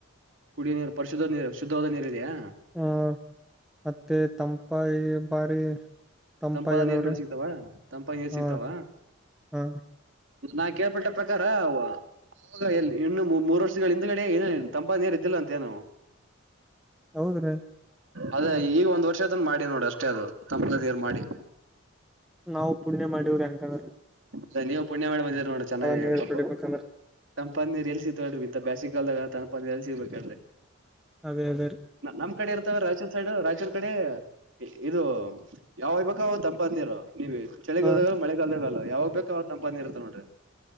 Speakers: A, on the right (about 60°); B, in the centre.
A: ಕುಡಿಯ ನೀರು ಪರಿಶುದ್ಧ ನೀರು ಶುದ್ಧವಾದ ನೀರು ಇದೆಯಾ
B: ಹ್ಮ ಮತ್ತೆ ತಂಪ <unintelligible> ಬಾರಿ ತಂಪಾಗದಾವ್ರಿ
A: ತಂಪಾದ ನೀರುಗಳು ಸಿಗ್ತಾವ ತಂಪಾದ ನೀರು
B: ಹ
A: ಸಿಗ್ತಾವ
B: ಹ
A: ನನ್ ಕೇಳ್ಪಟ್ಟ ಪ್ರಕಾರ <unintelligible> <unintelligible> ಇನ್ನು ಮೂರು ವರ್ಷ ಹಿಂದಗಡೆ ಏನ ತಂಪಾ ನೀರ್ ಇದಿಲ್ಲ ಅಂತ <unintelligible>
B: ಹೌದ್ರೀ
A: ಅದೇ ಈಗ ಒಂದ್ ವರ್ಷದ ಮಾಡಿ ನೋಡು ಅಷ್ಟೇ ಅದು <unintelligible> ಮಾಡಿ <inaudible>
B: ನಾವು ಪುಣ್ಯ ಮಾಡವ್ರಿ ಹಂಗೆ <unintelligible>
A: ಹಾ ನೀವು ಪುಣ್ಯ ಮಾಡಿ ಬಂದಿರಿ ನೋಡು ಚೆನ್ನಾಗಿ
B: ನೀರ್
A: ಸ್ವಲ್ಪ್
B: ಕುಡಿಬೇಕಂದ್ರ
A: ತಂಪಾದ ನೀರು ಎಲ್ ಸಿಗ್ತವೆ ಇಂತ ಬೇಸಿಗಾಲದಾಗ ತಪಿ ಎಲ್ ಸಿಗ್ಬು <unintelligible>
B: ಅದೇ ಅದೇ
A: ನಮ್
B: ರೀ
A: ಕಡೆ ಇರ್ತವೆ ರಾಯಚೂರ್ ಸೈಡ್ ರಾಯಚೂರ್ ಕಡೆ ಇದು ಯಾವಾಗ್ ಬೇಕು ತಂಪಾದ ನೀರು ಚಳಿಗಾಲದಾಗ
B: ಹ
A: ಮಳೆಗಾಲದಾಗಲ್ಲ ಯಾವಾಗ್ ಬೇಕು ತಂಪಾದ ನೀರು ಇರುತ್ತೆ <inaudible> ನೋಡ್ರಿ